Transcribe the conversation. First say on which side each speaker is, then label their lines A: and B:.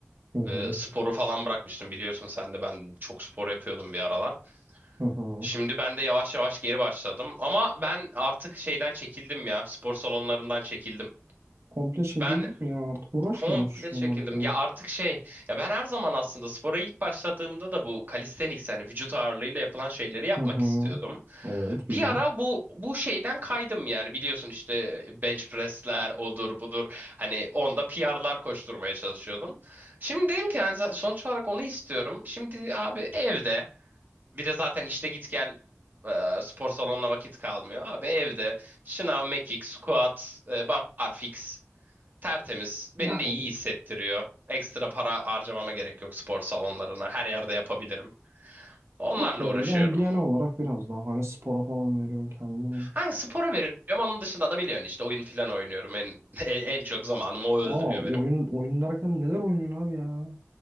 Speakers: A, on the right; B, on the right.
A: Hı hı.
B: E, sporu falan bırakmıştım biliyorsun sen de ben çok spor yapıyordum bir aralar.
A: Hı hı.
B: Şimdi ben de yavaş yavaş geri başladım ama ben artık şeyden çekildim ya spor salonlarından çekildim.
A: Komple çekildin
B: Ben
A: mi ya? Artık uğraşmıyor
B: Komple
A: musun şu şeylerle
B: çekildim.
A: falan?
B: Ya artık şey, ya ben her zaman aslında spora ilk başladığımda da bu calisthenics yani vücut ağırlığıyla yapılan şeyleri yapmak
A: Hı hı.
B: istiyordum.
A: Evet biliyorum.
B: Bir ara bu bu şeyden kaydım yani biliyorsun işte bench press'ler odur budur. Hani onda PR'lar koşturmaya çalışıyordum. Şimdi dedim ki yani sonuç olarak onu istiyorum. Şimdi abi evde bir de zaten işte git gel e, spor salonuna vakit kalmıyor. Abi evde şınav, mekik, squat, e, barfix Tertemiz. Beni
A: Yani
B: de iyi hissettiriyor. Ekstra para harcamama gerek yok spor salonlarına. Her yerde yapabilirim. Onlarla
A: okey
B: uğraşıyorum.
A: yani genel olarak biraz daha hani spora falan veriyorsun kendine.
B: Hani spora veriyorum. Onun dışında da biliyorsun işte oyun falan oynuyorum. En, <laughs> en çok zamanımı o öldürüyor
A: Aa
B: benim.
A: oyun oyun derken neler oynuyorsun abi ya?